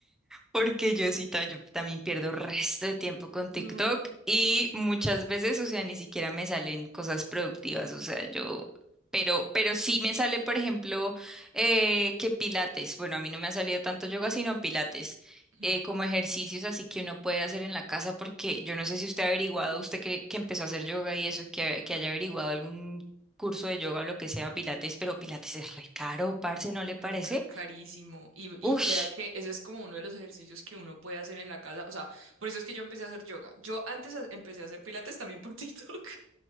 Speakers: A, in the centre; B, on the right.
A: Porque yo sí tam- yo también pierdo resto de tiempo con TikTok
B: No.
A: y muchas veces, o sea, ni siquiera me salen cosas productivas, o sea, yo, pero, pero sí me sale, por ejemplo, eh, que pilates, bueno, a mí no me ha salido tanto yoga, sino pilates,
B: Ujú.
A: eh, como ejercicios así que uno puede hacer en la casa, porque yo no sé si usted ha averiguado, usted que, que empezó a hacer yoga y eso, que, que haya averiguado algún curso de yoga o lo que sea, pilates, pero pilates es re caro, parce, ¿no le
B: Marica,
A: parece?
B: carísimo. Y,
A: Ush.
B: y vea que ese es como uno de los ejercicios que uno puede hacer en la casa. O sea, por eso es que yo empecé a hacer yoga. Yo antes a- empecé a hacer pilates también por <laughs> TikTok